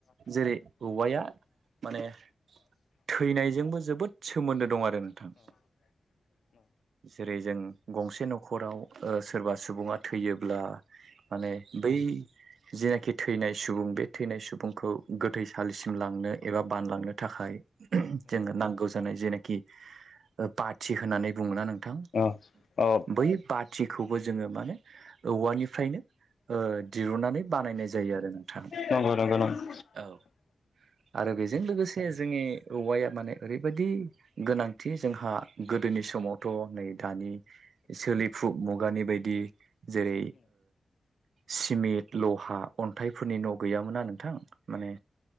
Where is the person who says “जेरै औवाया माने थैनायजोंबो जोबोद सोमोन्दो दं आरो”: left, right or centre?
Right